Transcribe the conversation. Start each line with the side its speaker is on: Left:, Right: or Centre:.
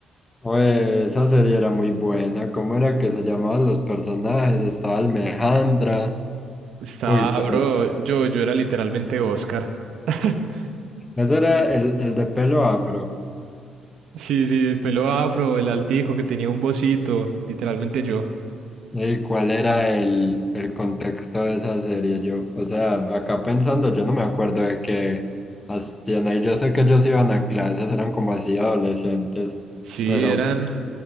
Left: Oye, esa serie era muy buena. ¿Cómo era que se llamaban los personajes? Estaba Almejandra.
Right: Estaba,
Left: Uy, pero
Right: bro, yo, yo era literalmente Oscar. <laughs>
Left: ese era el, el de pelo afro.
Right: Sí, sí, el pelo afro, el altico que tenía un bocito, literalmente yo.
Left: ¿Y cuál era el, el contexto de esa serie? Yo, o sea, acá pensando, yo no me acuerdo de qué hacían ahí. Yo sé que ellos iban a clases, eran como así adolescentes,
Right: Sí,
Left: pero
Right: eran,